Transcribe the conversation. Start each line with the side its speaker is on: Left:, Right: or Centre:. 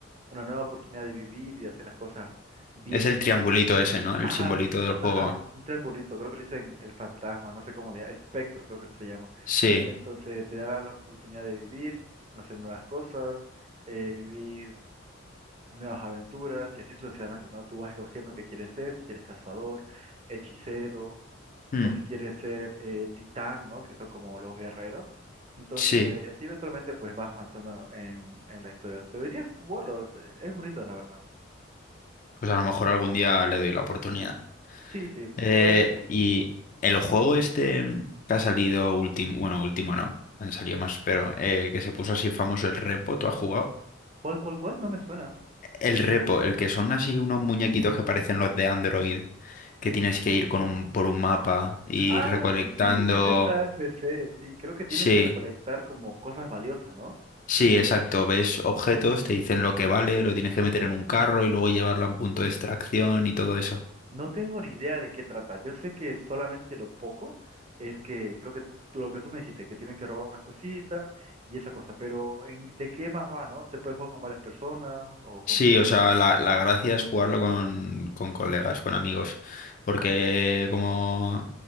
Right: una nueva oportunidad de vivir y de hacer las cosas bien.
Left: Es el triangulito ese, ¿no? El
Right: Ajá,
Left: simbolito
Right: un,
Left: del juego.
Right: ajá, un, un triangulito, creo que le dicen el fantasma, no sé cómo le llaman, espectro creo que se llama.
Left: Sí,
Right: Entonces te dará la oportunidad de vivir, hacer nuevas cosas, eh, vivir nuevas aventuras y así sucesivamente, ¿no? Tú vas escogiendo qué quieres ser, si quieres cazador, hechicero
Left: mm,
Right: o si quieres ser eh, titán, ¿no? Que son como los guerreros. Entonces,
Left: sí.
Right: y así eventualmente pues vas avanzando en, en la historia. Deberías jugarlo, eh, es bonito, la verdad.
Left: Pues a lo mejor algún día le doy la oportunidad.
Right: Sí, sí,
Left: Eh,
Right: puede que sí.
Left: y el juego este mm, que ha salido último, bueno, último no, han salido más, pero eh, que se puso así famoso el Repo, ¿tú has jugado?
Right: ¿Cuál, cuál, cuál? No me suena.
Left: El Repo, el que son así unos muñequitos que parecen los de Android, que tienes que ir con un, por un mapa y
Right: Ah,
Left: recolectando.
Right: sí, sí, ese está en PC, sí, creo que tiene
Left: Sí.
Right: que recolectar como cosas valiosas, ¿no?
Left: Sí, exacto. Ves objetos, te dicen lo que vale, lo tienes que meter en un carro y luego llevarlo a un punto de extracción y todo eso.
Right: No tengo ni idea de qué trata, yo sé que solamente lo poco es que, creo que lo que tú me dijiste, que tienen que robar unas cositas y esa cosa, pero en- ¿de qué más va, no? ¿Se puede jugar con varias personas o cómo?
Left: Sí, o sea, la, la gracia es jugarlo con, con colegas, con amigos, porque como